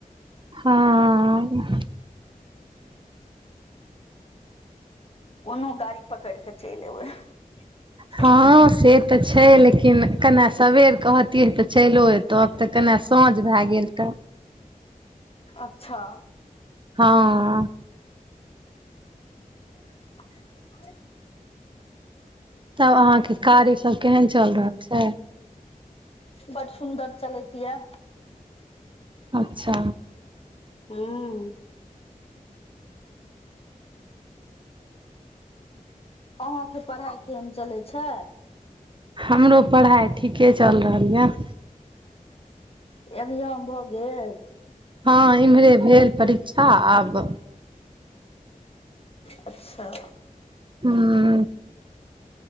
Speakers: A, on the right; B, on the left.
A: हँ
B: कोनो गाड़ी पकड़ कऽ चइल एबै <unintelligible>
A: हँ से तऽ छय लेकिन कने सबेर कहतियै तऽ चैलो एतै अब तऽ कने साँझ भए गेल तऽ
B: अच्छा
A: हँ
B: <unintelligible>
A: तब अहाँ के कार्य सब केहन चल रहल छै
B: बड सुन्दर चलैत यए
A: अच्छा
B: हूँ अहाँ के पढ़ाई केहन चले छै
A: हमरो पढ़ाइ ठीके चाइल रहल यऽ
B: एगजाम भऽ गेल
A: हँ इम्हरे भेल परीक्षा आब
B: अच्छा
A: हँ